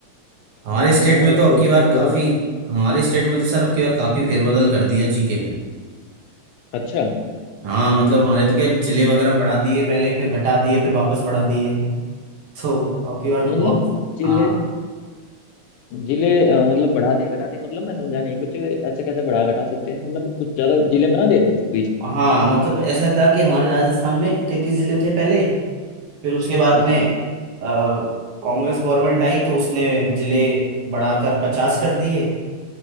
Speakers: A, on the right; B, on the left.
A: हमारे
B: हाँ
A: स्टेट में
B: एक
A: तो अब
B: तो
A: की बार
B: स्टेट वगैरह
A: काफ़ी
B: का
A: हमारे स्टेट में तो सर अब की बार काफ़ी फेरबदल कर दिया जीके में
B: अच्छा
A: हाँ मतलब हमारे तो क्या जिले वगैरह बढ़ा दिए पहले फिर घटा दिए फिर वापस बढ़ा दिए <laughs> तो अब की बार
B: मतलब
A: तो बहुत
B: जिले
A: हाँ
B: जिले अ, मतलब बढ़ा दिए घटा दिए मतलब मैं समझा नहीं कुछ ऐसे कैसे बढ़ा घटा सकते हैं मतलब कुछ ज्यादा जिले बना देते हैं बीच में बीच में
A: हाँ मतलब ऐसा था कि हमारे राजस्थान में तैतीस जिले थे पहले फिर उसके बाद
B: अच्छा
A: में अ, कांग्रेस गवर्नमेंट आई तो उसने जिले बढ़ाकर पचास कर दिए